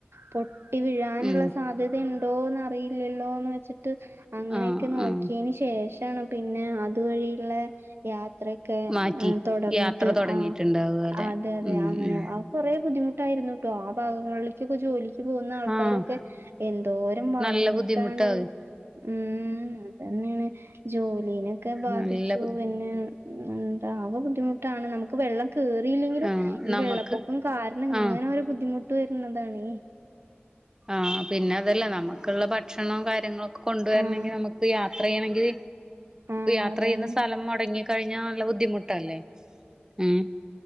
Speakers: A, on the right (about 70°); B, on the right (about 15°).
A: പൊ പൊട്ടി വീഴാനുള്ള
B: ഉം
A: സാധ്യത ഇണ്ടോന്ന് അറിയില്ലല്ലോന്ന് വെച്ചിട്ട് അങ്ങനെയൊക്കെ
B: ആഹ്
A: നോക്കിയന്
B: ആഹ്
A: ശെ ശേഷമാണ് പിന്നെ അതു വഴിയുള്ള യാത്രൊക്കെ
B: മാറ്റി
A: തുടർന്നിട്ട്
B: യാത്ര തുടങ്ങിയിട്ടുണ്ടാവും
A: ആ
B: അല്ലെ
A: അതെ അതെ
B: ഉം
A: അങ്ങനെ
B: ഉം
A: കുറെ ബുദ്ധിമുട്ടായിരുന്നുട്ടോ ആ ഭാഗങ്ങളിലേക്കൊക്കെ ജോലി ജോലിക് പോകുന്ന ആൾക്കാരൊക്കെ
B: ആഹ്
A: എന്തോരം വളഞ്ഞിട്ടാണ്
B: നല്ല ബുദ്ധിമുട്ടാവും
A: ഉം അതെന്നെണ് ജോലീനൊക്കെ ബാധിച്ചു
B: നല്ല ബുദ്ധി
A: പിന്നെ എന്താ ആ ബുദ്ധിമുട്ടാണ് നമുക്ക് വെള്ളം കേറിയില്ലെങ്കിലും
B: ആഹ്
A: ഈ
B: നമുക്ക്
A: വെള്ളപ്പൊക്കം കാരണം
B: ആഹ്
A: ഇങ്ങനെ ഒരു ബുദ്ധിമുട്ട് വരുന്നതാണെ
B: ആഹ പിന്നെ അതല്ല നമുക്കുള്ള ഭക്ഷണം കാര്യങ്ങള്ളൊക്കെ കൊണ്ടുവരണങ്കിൽ
A: ആഹ്
B: നമുക്ക് യാ യാത്ര ചെയ്യണെങ്കിൽ
A: ആഹ്
B: യാത്ര
A: അതാണ്
B: ചെയ്യുന്ന സ്ഥലം മൊടങ്ങി കഴിഞ്ഞാൽ നല്ല ബുദ്ധിമുട്ടല്ലേ ഉം